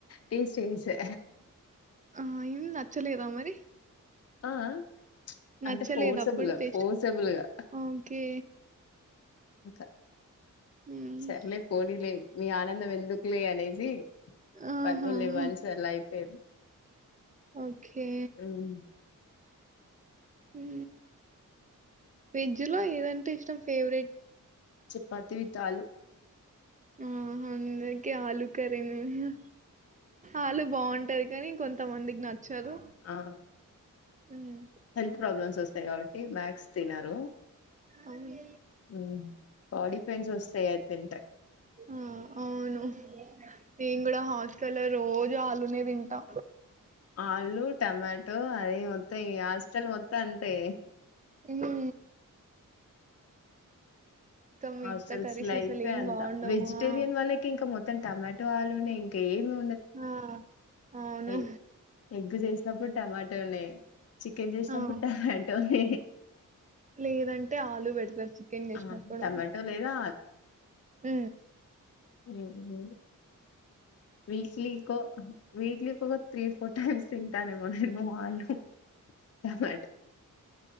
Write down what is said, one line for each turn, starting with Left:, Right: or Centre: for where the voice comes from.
Left: టేస్ట్ చేసా
Right: ఆ ఇన్ నచ్చలేదా మరి
Left: ఆ ఆ
Right: నచ్చలేదా
Left: అంటే ఫోర్సబుల్
Right: అప్పుడు
Left: గా
Right: టేస్ట్?
Left: ఫోర్సబుల్గా
Right: ఓకే.
Left: ఇంకా
Right: హ్మ్.
Left: సర్లే పోనీలే మీ ఆనందం ఎందుకులే అనేసి
Right: ఆహాహా!
Left: పరులే వన్స్ అయిపోయింది
Right: ఓకే
Left: హ్మ్
Right: ఊ వెజ్ లో ఏదంటే ఇష్టం ఫేవరెట్
Left: చపాతీ విత్ ఆలు
Right: ఆ అందరికి ఆలు కరీన్ వ ఆలు బాగుంటాది కానీ కొంతమందికి నచ్చదు
Left: ఆ
Right: హ్మ్.
Left: హెల్త్ ప్రాబ్లమ్స్ వస్తాయి కాబట్టి మ్యాక్స్ తినరు
Right: అవును.
Left: ఊ బాడీ పెయిన్స్ వస్తాయి అది తింటే
Right: ఆ అవును నేను కూడా హస్ స్టల రోజు ఆలునే తింటా
Left: ఆలు టమాటో అవి మొత్తం ఇగ హాస్టల్ మొత్తం అంతే
Right: ఊ ఊ మిగతా
Left: అసలు
Right: కర్రీస్
Left: స్లైఫే
Right: అసలేం
Left: అంతా
Right: బావుండవు.
Left: వెజిటేరియన్
Right: ఆ!
Left: వాళ్ళకి ఇంకా మొత్తం టమా టోలునే ఇంకేము
Right: ఆ అవును.
Left: ఎ ఎగ్ చేసినప్పుడు టమాటోనే చికెన్ చేసినప్పుడు
Right: ఆ!
Left: టమాట్ టోనె
Right: లేదంటే ఆలు పెడతరు చికెన్ చేసినప్పుడు
Left: ఆ టమాటో లేదా
Right: ఊ
Left: లేదు లేదు వీక్లీ కో వీక్లీకొక ఒక త్రీ ఫోర్ టైమ్స్ తింటానేమో నేను ఆలు టమాటో